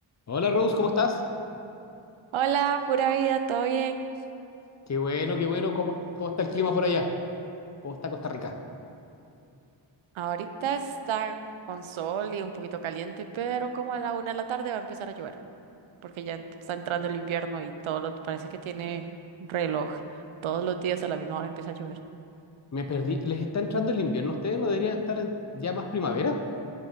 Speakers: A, on the left (about 35°); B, on the right (about 80°).
A: Hola Rose, ¿cómo estás?
B: Hola, pura vida, ¿todo bien?
A: Qué bueno, qué bueno. ¿Cómo, cómo está el clima por allá? ¿Cómo está Costa Rica?
B: Ahorita está con sol y un poquito caliente, pero como a la una de la tarde va a empezar a llover, porque ya en- está entrando el invierno y todo lo, parece que tiene reloj. Todos los días a la misma hora empieza a llover.
A: Me perdí. ¿Les está entrando el invierno a ustedes? ¿No deberían estar en- ya más primavera?